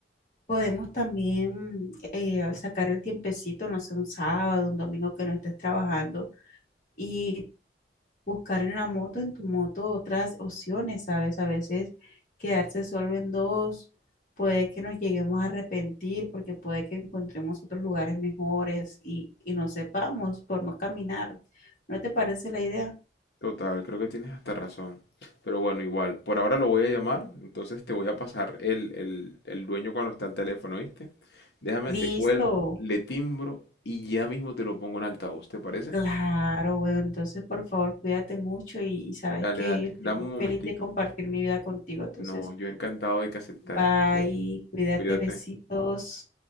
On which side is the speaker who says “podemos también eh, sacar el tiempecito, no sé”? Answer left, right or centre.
Left